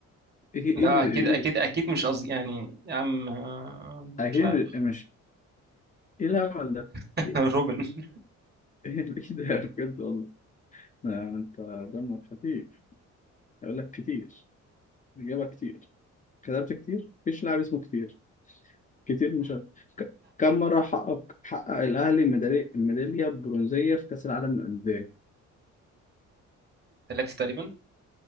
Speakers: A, on the left; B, on the right.
A: ايه ايه
B: لا
A: ايه
B: اكيد اكيد اكيد مش قصدي يعني يا عم آه،
A: اكيد
B: مش عارف
A: مش مش- ايه الهبل ده
B: <laughs>
A: ايه
B: روبن <laughs>
A: ايه ده <laughs> بجد والله ده انت دمك خفيف يقول لك كتير الاجابه كتير كتبت كتير مفيش لاعب اسمه كتير كتير مش عارف. ك- كم مره حقق حقق الاهلي الميداليه الميداليه البرونزيه في كاس العالم للانديه
B: ثلاثة تقريبا